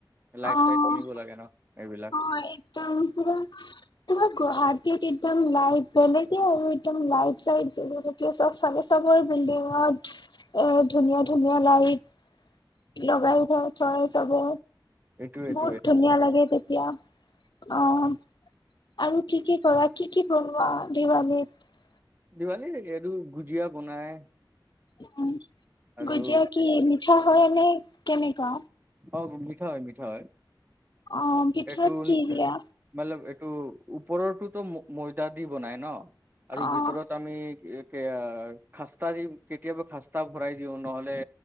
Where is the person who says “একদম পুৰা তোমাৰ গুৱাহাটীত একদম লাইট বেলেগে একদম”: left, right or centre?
Left